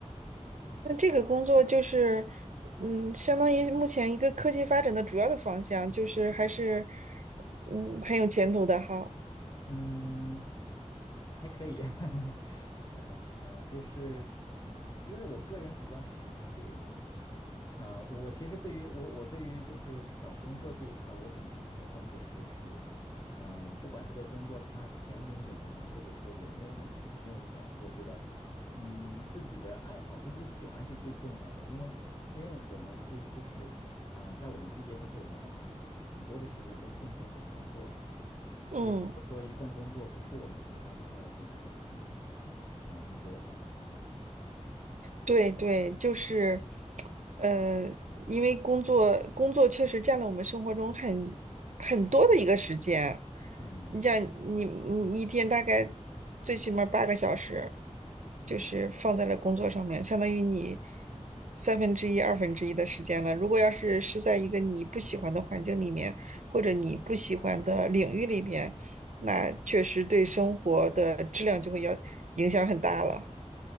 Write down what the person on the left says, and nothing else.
对，
嗯，还可以，<laughs> 嗯嗯，就是因为我个人比较喜欢这个嘛，嗯、我其实对于我我对于就是找工作这一块儿，我秉承的一个观点就是，嗯、不管这个工作它前景怎么样，或者说有没有哪有没有前途，我觉得，嗯，自己的爱好自己喜欢是最重要的，因为因为我们这就是，嗯、在我们毕业之后，我们要把很多的时间都奉献给工作嘛。
所以如果说一份工作不是我们喜欢的话，我觉得还是挺痛苦的。嗯，你觉得呢？
嗯
嗯
嗯